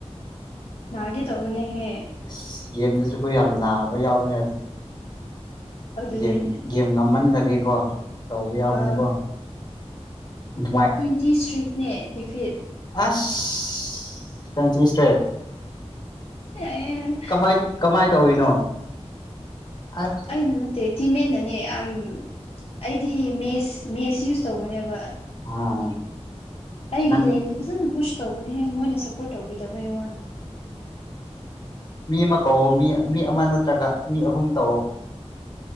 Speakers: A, on the left; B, on the left.
A: ꯅꯥꯒꯦ ꯇꯧꯕꯅꯦꯍꯦ
B: ꯑꯁ ꯒꯦꯝꯗꯖꯨꯀꯣ ꯌꯥꯝ ꯅꯥꯕ ꯌꯥꯎꯕꯅꯦ
A: ꯑꯗꯨꯅꯦ
B: ꯒꯦꯝ ꯒꯦꯝ ꯉꯃꯟꯗꯒꯤꯀꫭ ꯇꯧꯕ ꯌꯥꯎꯕꯅꯤꯀꯣ
A: ꯑꯥ
B: ꯑꯗꯨꯃꯥꯏ
A: ꯇꯤ ꯏꯁꯇ꯭ꯔꯤꯛꯅꯦ ꯗꯤꯐꯤꯠ
B: ꯑꯥꯁ <unintelligible> ꯏꯁꯇ꯭ꯔꯦꯠ
A: ꯑꯦ
B: ꯀꯃꯥꯏ ꯀꯃꯥꯏ ꯇꯧꯋꯤꯅꯣ ꯑꯥꯁ
A: ꯑꯩꯅ ꯅꯠꯇꯦ ꯇꯤꯝ ꯃꯦꯠꯅꯅꯦ ꯌꯥꯝ ꯑꯩꯗꯤ ꯃꯦꯁ ꯃꯦꯁ ꯌꯨꯁ ꯇꯧꯕꯅꯦꯕ
B: <unintelligible>
A: ꯑꯩꯒꯤ
B: ꯅꯪ
A: ꯂꯦꯟꯗꯤ ꯐꯖꯅ ꯄꯨꯁ ꯇꯧꯕꯅꯦꯍꯦ ꯃꯣꯏꯅ ꯁꯞꯄꯣꯔꯠ ꯇꯧꯕꯤꯗꯕꯒꯤ ꯋꯥꯅꯤ
B: ꯃꯤ ꯑꯃ ꯀꯧꯋꯣ ꯃꯤ ꯃꯤ ꯑꯃ ꯅꯠꯇ꯭ꯔꯒ ꯃꯤ ꯑꯍꯨꯝ ꯇꯧꯋꯣ‌